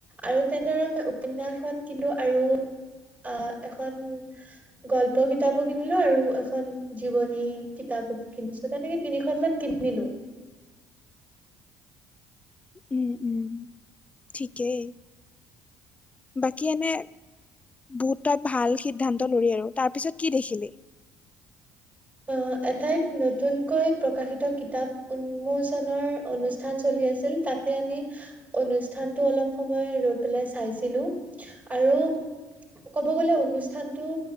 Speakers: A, on the right; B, on the left.
A: আৰু তেনেদৰে মই উপন্যাসখন কিনো আৰু আ এখন গল্প কিতাপো কিনিলো আৰু এখন জীৱনী কিতাপো কিনিছো তেনেকে তিনিখনমান কিনিলো।
B: উম উম ঠিকেই, বাকী এনে বহুত তই ভাল সিদ্ধান্ত ললি আৰু তাৰ পিছত কি দেখিলি
A: অ এঠাইত নতুনকৈ প্ৰকাশিত কিতাপ উন্মোচনৰ অনুষ্ঠান চলি আছিল তাত তাতে আমি অনুষ্ঠানটো অলপ সময় ৰৈ পেলাই চাইছিলো আৰু ক'ব গ'লে অনুষ্ঠানতটো